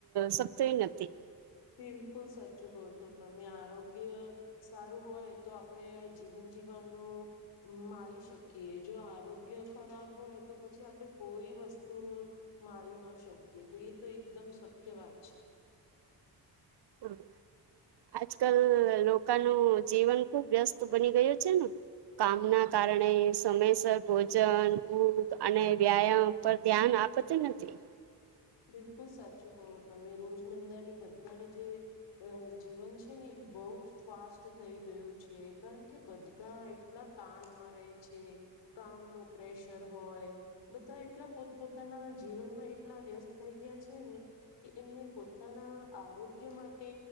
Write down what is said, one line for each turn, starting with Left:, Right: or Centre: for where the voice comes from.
Right: શકતોય નથી
Left: બિલકુલ સાચું કહો છો તમે આરોગ્ય સારું હોય તો આપડે જીવન જીવાનું માળી શકીએ જો આરોગ્ય ખરાબ હોય તો પછી આપડે કોઈ વસ્તુનું માળી ના શકીએ તો એ તો એકદમ શક્ય વાત છે
Right: હમ આજ કલ લોકાનું જીવન ખુબ વ્યસ્ત બની ગયું છે ને કામ ના કારણે સમયસર ભોજન ભુખ અને વ્યાયામ પર ધ્યાન આપતી નથી
Left: બિલકુલ સાચું કહો તમે રોજ મંદાની બધાની જે અ જીવન છે ને એ બહુ જ ફાસ્ટ થઈ ગયું છે કારણ કે બધા એટલા કામમાં રહે છે કામનું પ્રેશર હોય બધા એટલા પોત પોતાના જીવનમાં એટલા વ્યસ્ત થઈ ગયા છે ને કે એમને પોતાના આરોગ્ય માટે